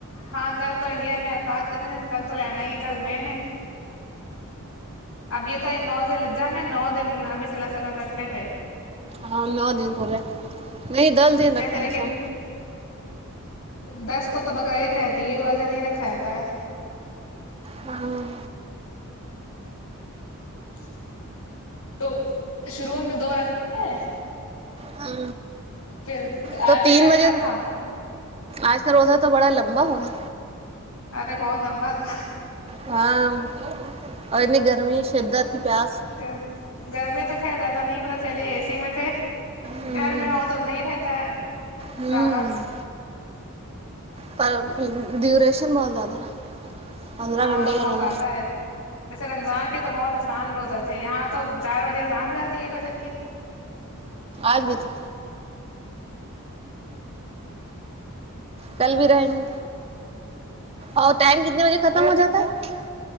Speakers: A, on the left; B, on the right.
A: ہاں کل تو انڈیا میں ارفات کر کل تو رہنا ہی ہے گل میں نے اب یہت یہ نوزل ج میں نو دن ابی صلی اللہ السلم رکھتے تھے
B: ہاں نو دن پورے نہیں دس دن رکھتے
A: تھے لیکن
B: ہیں سب
A: دس کو تو بکرا عید رہتی ہے عید والدہ نہیں رکھا جاتا ہے
B: ہمم
A: <unintelligible> شروع میں دو رکھے تھے
B: ہاں
A: پھر
B: تو
A: آج
B: تین
A: رکھا
B: بجے
A: تھا
B: آج کا روزہ تو بڑا لمبا ہوگا
A: ارے بہت لمبا تھا
B: ہاں اور انی گرمی شدت کی پیاس
A: گ گرمی تو زیادہ نہیں پت چلی اے سی میں تھے
B: ہوں
A: گھر میں ہو تو نہیں رہتا ہے
B: ہوں
A: زیادہ
B: پر ڈیوریشن بہت زیادہ ہے پندرہ
A: ہاں
B: گھنٹے
A: بہت
B: کا روزہ
A: زیادہ ہے رمضان کے تو بہت آسان روزتے تھے یہاں تو چار بجےسان رہتی ہے بجر کی
B: آج بھی تھے کل بھی رہیں گے اور ٹائم کتنے بجے ختم ہو جاتا ہے